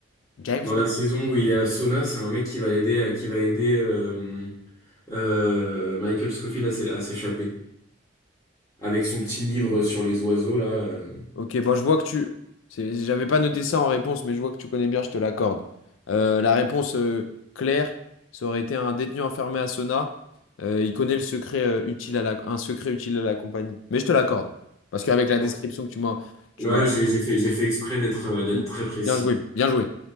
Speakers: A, on the left; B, on the left.
A: James
B: Dans
A: Whistler.
B: la saison où il est à Sona, c'est un mec qui va l'aider, à- qui va aider euh, euh, Michael Scofield à s'é- à s'échapper avec son petit livre sur les oiseaux là. euh.
A: Ok, bon, je vois que tu. c'est- J'avais pas noté ça en réponse, mais je vois que tu connais bien, je te l'accorde. Euh, la réponse euh, claire, ça aurait été un détenu enfermé à Sona. Euh, il connaît le secret, euh, utile à la... un secret utile à la compagnie. Mais je te l'accorde. Parce qu'avec la
B: Ouais,
A: description que tu m'as. Tu
B: Ouais,
A: m'as...
B: j'ai j'ai fait, j'ai fait exprès d'être euh, d'être
A: dit,
B: très précis.
A: Bien joué, bien joué.